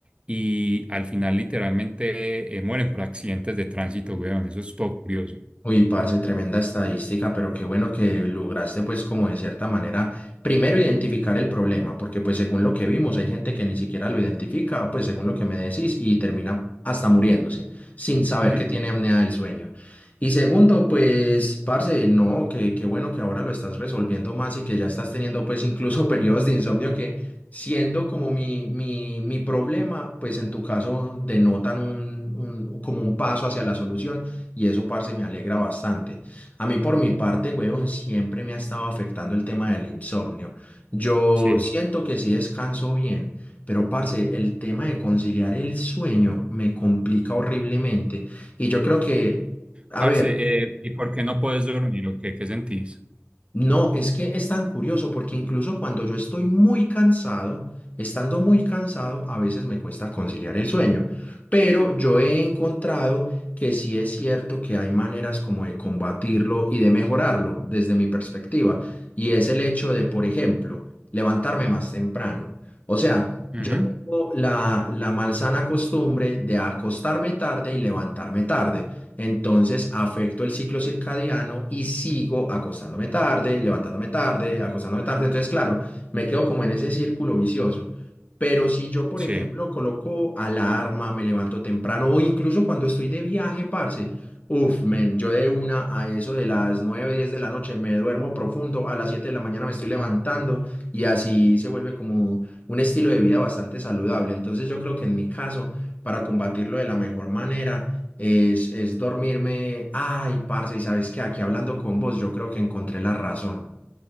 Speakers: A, on the right; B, on the left.
A: y al final literalmente eh, mueren por accidentes de tránsito, huevón. Eso es todo curioso.
B: Uy, parce, tremenda estadística, pero qué bueno que lograste pues como de cierta manera primero identificar el problema, porque pues según lo que vimos hay gente que ni siquiera lo identifica, pues según lo que me decís, y termina hasta muriéndose sin saber
A: Ujú.
B: que Mm. tiene apnea del sueño. Y segundo, pues parce, no, que qué bueno que ahora lo estás resolviendo más y que ya estás teniendo pues incluso <laughs> periodos de insomnio que siendo como mi, mi, mi problema, pues en tu caso denotan un, un, como un paso hacia la solución y eso, parce, me alegra bastante. A mí, por mi parte, huevón, siempre me ha estado afectando el tema del insomnio. Yo
A: Sí.
B: siento que sí descanso bien, pero, parce, el tema de conciliar el sueño me complica horriblemente. Y yo creo que, a
A: Parce,
B: ver,
A: eh, ¿y por qué no puedes dormir o qué? ¿Qué sentís?
B: No, es que es tan curioso porque incluso cuando yo estoy muy cansado, estando muy cansado, a veces me cuesta conciliar el sueño. Pero yo he encontrado que sí es cierto que hay maneras como de combatirlo y de mejorarlo desde mi perspectiva. Y es el hecho de, por ejemplo, levantarme más temprano. O sea,
A: Ujú.
B: tengo la, la malsana costumbre de acostarme tarde y levantarme tarde. Entonces afecto el ciclo circadiano y sigo acostándome tarde, levantándome tarde, acostándome tarde. Entonces, claro, me quedo como en ese círculo vicioso. Pero si yo, por
A: Sí,
B: ejemplo, coloco alarma, me levanto temprano o incluso cuando estoy de viaje, parce, Uf, men, yo de una a eso de las 9 10 de la noche me duermo profundo, a las 7 de la mañana me estoy levantando y así se vuelve como un estilo de vida bastante saludable. Entonces yo creo que en mi caso, para combatirlo de la mejor manera, es, es dormirme, ay, parce, y sabes que aquí hablando con vos, yo creo que encontré la razón.